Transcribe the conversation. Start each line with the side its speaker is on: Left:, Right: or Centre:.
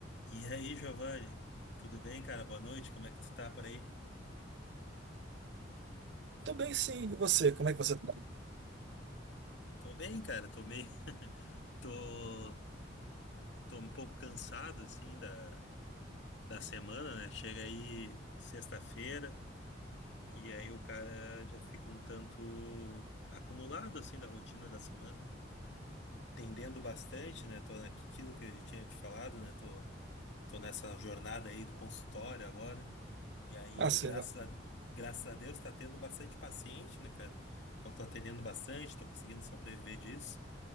Left: E aí, Giovanni? Tudo bem, cara? Boa noite. Como é que tu tá por aí?
Right: Tô bem, sim. E você? Como é que você tá?
Left: Tô bem, cara. Tô meio... <laughs> Tô... Tô um pouco cansado, assim, da... da semana, né? Chega aí sexta-feira e aí o cara já fica um tanto acumulado, assim, da rotina da semana. tendendo bastante, né? Tô naquilo que eu já tinha te falado, né? Tô, tô nessa jornada aí do consultório agora. E aí,
Right: Ah, sei
Left: graças
Right: lá.
Left: a, graças a Deus, tá tendo bastante paciente, né, cara? Então tô atendendo bastante, tô conseguindo sobreviver disso.